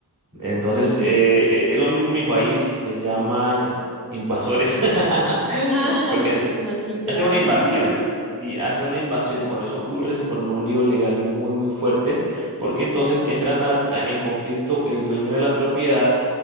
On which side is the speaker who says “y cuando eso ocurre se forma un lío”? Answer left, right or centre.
Right